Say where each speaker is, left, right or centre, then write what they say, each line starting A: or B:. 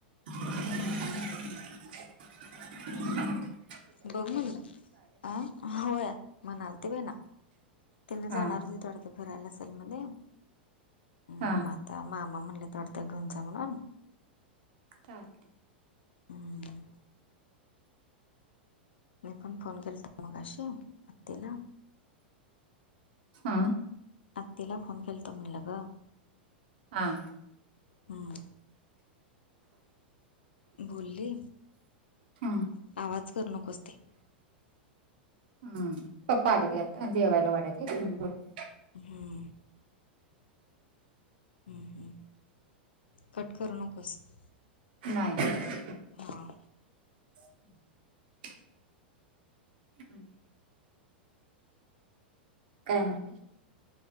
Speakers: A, on the right (about 65°); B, on the left (about 85°).
A: <unintelligible>
B: बघ म्हणला, आ? होय, म्हणाला. ते बे ना, त्यांनी जाणारच
A: हा
B: आहे वाटतं. भरायला असेल मध्ये, मग
A: हा
B: आता मामा म्हणलेत वाटतं घेऊन जा म्हणून.
A: चालते.
B: हम्म मी पण फोन केलता मगाशी, अत्तीला.
A: हा.
B: आत्तीला फोन केलता, म्हणलं गं.
A: हां.
B: हम्म. बोलली,
A: ह
B: आवाज करु नकोस ते.
A: हम्म पप्पा आलेत गं आता, जेवायला वाढायचं गरम करून.
B: हम्म. हम्म, हम्म. कट करु नकोसं.
A: नाही, नाही.
B: हा.
A: हम्. आणि काय म्हणले?